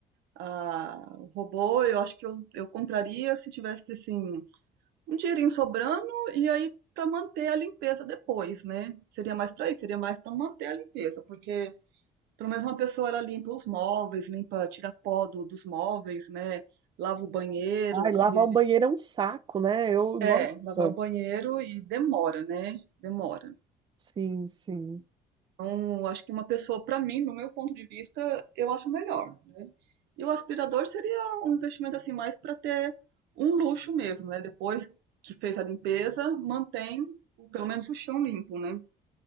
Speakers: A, on the right; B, on the right.
A: Ah, o robô, eu acho que eu, eu compraria se tivesse assim um dinheirinho sobrando e aí para manter a limpeza depois, né? Seria mais para isso, seria mais para manter a limpeza, porque pelo menos uma pessoa ela limpa os móveis, limpa, tira pó do- dos móveis, né? Lava o banheiro,
B: Ai, lavar
A: que
B: o banheiro é um saco, né? Eu, nossa,
A: é, lavar o banheiro e demora, né? Demora.
B: sim, sim,
A: Então, acho que uma pessoa, para mim, no meu ponto de vista, eu acho melhor, né? E o aspirador seria um investimento assim mais para ter um luxo mesmo, né? Depois que fez a limpeza, mantém o- pelo menos o chão limpo, né?